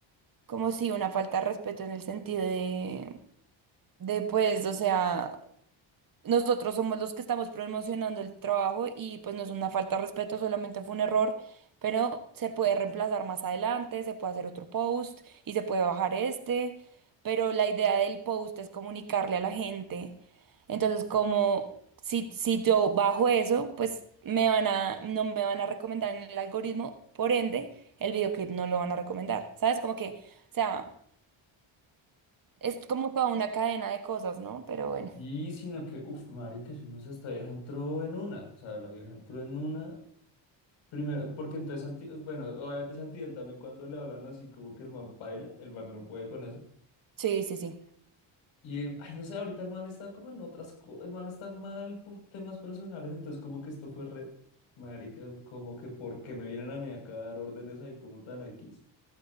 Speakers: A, on the right; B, on the left.
A: como sí, una falta de respeto en el sentido de, de pues, o sea... Nosotros somos los que estamos promocionando el trabajo y pues no es una falta de respeto, solamente fue un error, pero se puede reemplazar más adelante, se puede hacer otro post y se puede bajar este, pero la idea del post es comunicarle a la gente. Entonces, como si, si yo bajo eso, pues me van a, no me van a recomendar en el algoritmo, por ende, el videoclip no lo van a recomendar. ¿Sabes? Como que, o sea, es como toda una cadena de cosas, ¿no? Pero bueno,
B: Y sino que, uff, marica, yo no sé, esta vieja entró en una. O sea, la vieja entró en una. Primero, porque entonces, Santi- bueno, obviamente Santiel también cuando le hablan así como que el man baila, el man no puede con eso.
A: sí, sí, sí,
B: Y, eh, ay, no sé, ahorita el man está como en otras cosas, el man está mal por temas personales, entonces como que esto fue re, marica, como que porque me vienen a mí acá a dar órdenes ahí como tan X.